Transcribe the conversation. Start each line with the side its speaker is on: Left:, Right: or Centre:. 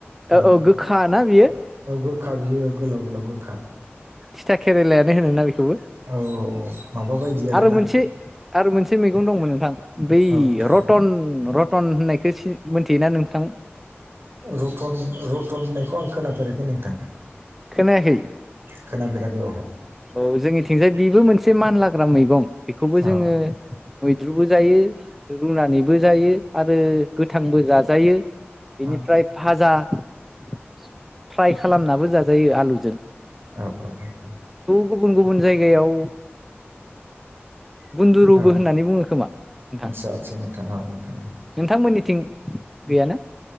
Centre: औ
Right: ओ
Centre: औ गोखा ना बियो
Right: औ गोखा बियो गोलाव-गोलाव गोखा
Centre: तिथा केेरेलायानो होनोना बेखौबो
Right: औ-औ-औ माबा बायदि आरोना
Centre: आरो मोनसे आरो मोनसे मैगं दंमोन नोंथां बै
Right: औ नोंथां
Centre: रतन <unintelligible> <unintelligible> होननायखौ सि-मोनथियोना नोंथां?
Right: रतन-रतन होननायखौ आं खोनाफेराखै नोंथां
Centre: खोनायाखै?
Right: खोनाफेराखै औ औ
Centre: औ जोंनिथिंजाय बेबो मोनसे <unintelligible> मानलाग्रा मैगं। बेखौबो
Right: औ
Centre: जोङो मैद्रुबो जायो, रुनानैबो जायो आरो गोथांबो जाजायो। बेनिफ्राय
Right: औ
Centre: भाजा-फ्राय खालामनाबो जाजायो आलुजों।
Right: औ-औ-औ-औ
Centre: गुबुन-गुबुन जायगायाव बन्दुरुबो
Right: औ
Centre: होननानै बुङो खोमा नोंथां
Right: आदसा आदसा नोंथां औ नोंथां औ
Centre: नोंथांमोननिथिं गैयाना?